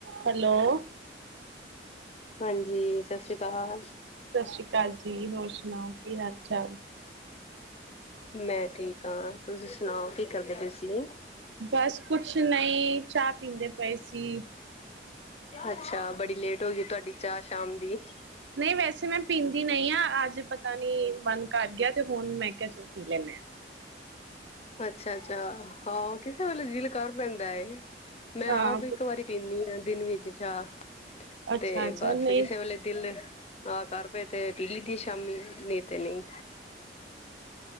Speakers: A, on the right; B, on the left.
A: Hello
B: ਹਾਂਜੀ ਸਤ ਸ੍ਰੀ ਅਕਾਲ ਅਕਾਲ
A: ਸਤਿ ਸ਼੍ਰੀ ਅਕਾਲ ਜੀ ਹੋਰ ਸੁਣਾਓ ਕੀ ਹਾਲ ਚਾਲ
B: ਮੈਂ ਠੀਕ ਹਾਂ ਤੁਸੀਂ ਸੁਣਾਓ ਕੀ ਕਰਦੇ ਤੁਸੀਂ
A: ਬਸ ਕੁਛ ਨਹੀਂ ਚਾਹ ਪੀਂਦੇ ਪਏ ਸੀ
B: ਅੱਛਾ ਬੜੀ ਲੇਟ ਹੋ ਗਈ ਤੁਹਾਡੀ ਚਾਹ ਸ਼ਾਮ ਦੀ
A: ਨਹੀਂ ਵੈਸੇ ਮੈਂ ਪੀਂਦੀ ਨਹੀਂ ਆਾਂ ਅੱਜ ਪਤਾ ਨੀ ਮਨ ਕਰ ਗਿਆ ਤੇ ਹੁਣ ਮੈਂ ਕ ਚ ਪੀ ਲੈਂ ਮੈਂ
B: ਅੱਛਾ ਅੱਛਾ ਹਾਂ ਕਿਸੇ ਵੇਲੇ ਦਿਲ ਕਰ ਪੈਂਦਾ
A: ਆ।
B: ਮੈਂ ਆਪ
A: ਹਾਂ
B: ਇੱਕ ਵਾਰੀ ਪੀਂਦੀ ਹਾਂ ਦਿਨ ਵਿੱਚ ਚਾਹ
A: ਅੱਛਾ
B: ਤੇ
A: ਅੱਛਾ
B: ਬਸ
A: ਨਹੀਂ
B: ਕਿਸੇ ਵੇਲੇ ਦਿਲ ਆਹ ਕਰ ਪਏ ਤੇ ਪੀ ਲਈ ਦੀ ਸ਼ਾਮੀ ਨਹੀਂ ਤੇ ਨਹੀਂ